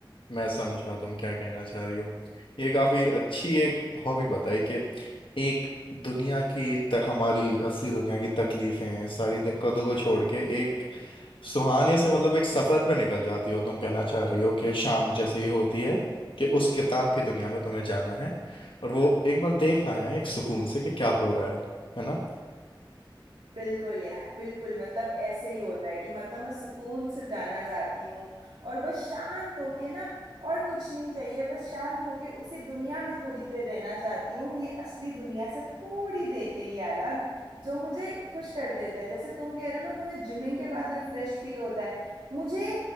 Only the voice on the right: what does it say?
बिल्कुल यार बिल्कुल मतलब ऐसे ही होता है कि मतलब मैं सुकून से जाना चाहती हूँ और बस शांत होके ना और कुछ नहीं चाहिए बस शांत होके उसी दुनिया में थोड़ी देर रहना चाहती हूँ ये असली दुनिया से थोड़ी देर के लिए अलग जो मुझे खुश कर देता है जैसे तुम कह रहे हो ना तुम्हें जिमिंग के बाद रिफ्रेश फील होता है मुझे